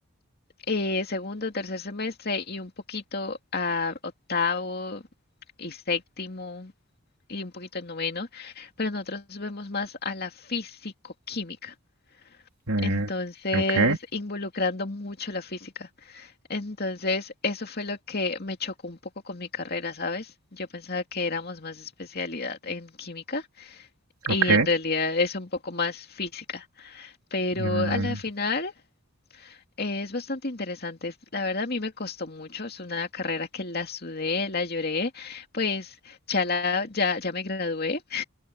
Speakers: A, on the left (about 45°); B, on the right (about 80°).
A: eh, segundo, tercer semestre y un poquito a octavo y séptimo. y un poquito en noveno, pero nosotros vemos más a la físico-química.
B: Mm,
A: Entonces,
B: ok,
A: involucrando mucho la física. Entonces, eso fue lo que me chocó un poco con mi carrera, ¿sabes? Yo pensaba que éramos más especialidad en química y
B: ok.
A: en realidad es un poco más física. Pero
B: Mm,
A: a la final eh, es bastante interesante. La verdad, a mí me costó mucho. Es una carrera que la sudé, la lloré. Pues ya, la, ya, ya me gradué